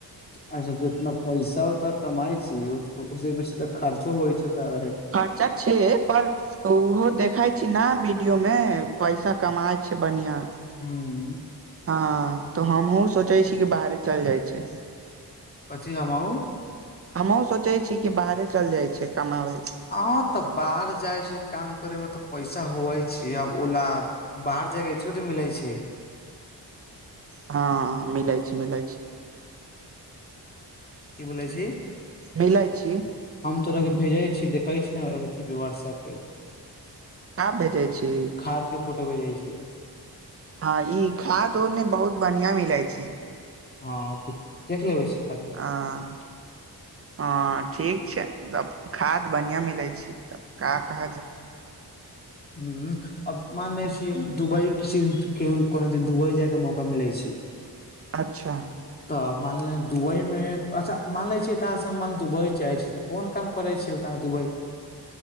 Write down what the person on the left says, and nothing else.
अच्छा जितना पैसा उतना। कमाई छी ओस बेसी तऽ खर्चो होई छै ओत रहैके।
हू।
कथी हमहू
हॅं तॅं बाहर जाइ छी काम करे मे तॅं पैसा होवै छै आब ओला बाहर जायके <unintelligible> तॅं मिलैत छी
की बोलै छी?
हम तोराकेँ भेजै छी, देखै छी ने एगो चीज व्हाट्सऐप पे
खादके फोटे भेजै छियौ।
हँ, तॅं देखि लेबै छी खाद-
हँ, अब मान लै छी दुबई किसी <unintelligible> केहूँ कह देबै, दुबई जाइकेॅं मौका मिलै छै।
तॅं मानले दुबईमे, अच्छा मान लै छी तँ अहाँ सभमे दुबई जाइ छी तँ कोन काम करै छियै ओतय दुबइमे?